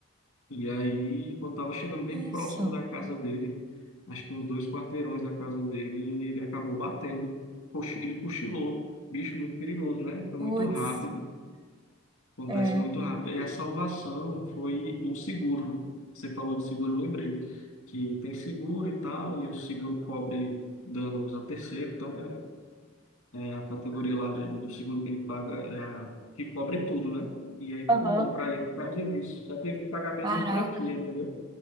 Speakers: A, on the left (about 85°); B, on the right (about 20°).
A: E aí, quando tava chegando bem próximo
B: Isso.
A: da casa dele, acho que uns dois quarteirões da casa dele, ele acabou batendo, cochi- ele cochilou. Bicho muito perigoso, né? Foi muito
B: Putz.
A: rápido, acontece
B: É.
A: muito rápido. E a salvação foi o seguro, né? Você falou de seguro, eu lembrei, que tem seguro e tal, e o seguro cobre danos a terceiro, então. é é a categoria lá do, do seguro que ele paga é a que cobre tudo, né? E aí ficou
B: Aham.
A: bom para ele por causa disso. Só teve que pagar mesmo
B: Caraca.
A: a franquia, entendeu?